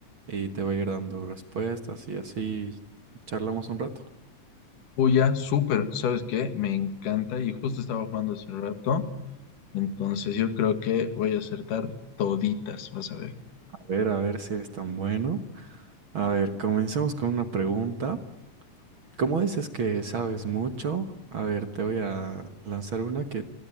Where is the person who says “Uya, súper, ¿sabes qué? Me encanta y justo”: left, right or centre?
Left